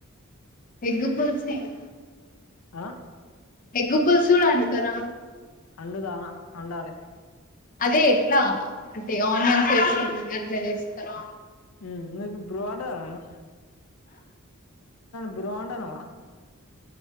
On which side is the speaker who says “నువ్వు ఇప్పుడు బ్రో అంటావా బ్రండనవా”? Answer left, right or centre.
Left